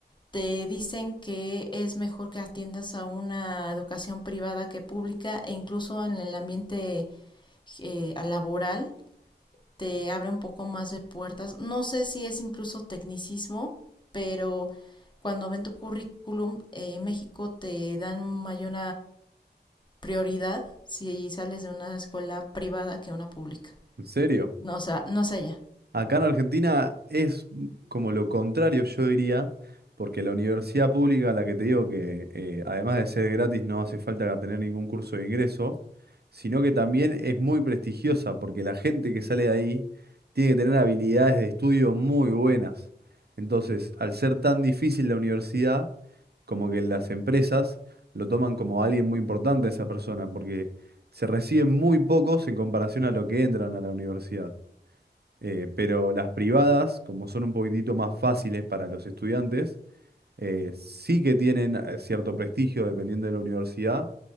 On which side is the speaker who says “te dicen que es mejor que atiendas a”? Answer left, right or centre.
Left